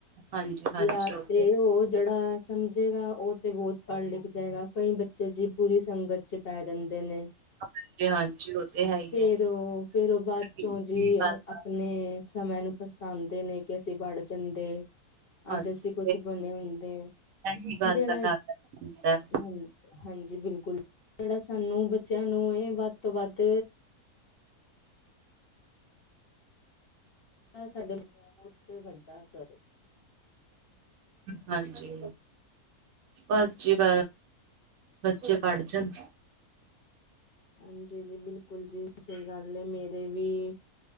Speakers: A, on the right; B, on the left.
A: ਹਾਂਜੀ ਹਾਂਜੀ
B: ਯਾਰ
A: ਉਹ
B: ਤੇ ਉਹ ਜਿਹੜਾ ਸਮਝੇਗਾ ਉਹ ਤੇ ਬਹੁਤ ਪੜ੍ਹ ਲਿਖ ਜਾਏਗਾ ਕਈ ਬੱਚੇ ਜੀ ਪੂਰੀ ਸੰਗਤ ਚ ਪੈ ਜਾਂਦੇ ਨੇ
A: ਹਾਂਜੀ ਹਾਂਜੀ ਉਹ ਤੇ ਹੈ ਹੀ
B: ਫੇਰ
A: ਹੈ
B: ਉਹ ਫੇਰ ਉਹ ਬਾਅਦ ਚੋਂ
A: ਇਹ
B: ਜੀ
A: ਗੱਲ ਦਾ
B: ਆਪਣੇ ਸਮਿਆਂ ਨੂੰ ਪਛਤਾਉਂਦੇ ਨੇ ਕਿ ਅਸੀਂ ਪੜ ਜਾਂਦੇ
A: ਹਾਂਜੀ
B: ਅੱਜ ਅਸੀਂ ਕੁਛ ਬਣੇ ਹੁੰਦੇ
A: ਇਹੀ ਗੱਲ
B: ਜਿਹੜਾ
A: ਦਾ ਡਰ ਹੁੰਦਾ
B: ਹਾਂ ਹਾਂਜੀ ਬਿਲਕੁਲ ਜਿਹੜਾ ਸਾਨੂੰ ਬੱਚਿਆਂ ਨੂੰ ਇਹ ਵੱਧ ਤੋਂ ਵੱਧ ਸਾਡੇ ਬਹੁਤ ਵੱਡਾ ਸਵ
A: ਹਾਂਜੀ ਬਸ ਜੀ ਬ ਬੱਚੇ ਪੜ ਜਾਣ
B: ਹਾਂਜੀ ਵੀ ਬਿਲਕੁਲ ਜੀ ਸਹੀ ਗੱਲ ਨੇ ਮੇਰੇ ਵੀ